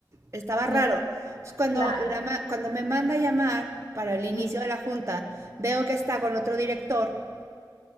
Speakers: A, on the right; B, on the left.
A: estaba
B: no,
A: raro. Entonces, cuando,
B: claro,
A: la ma- cuando me manda a llamar para el inicio
B: ujú,
A: de la junta, veo que está con otro director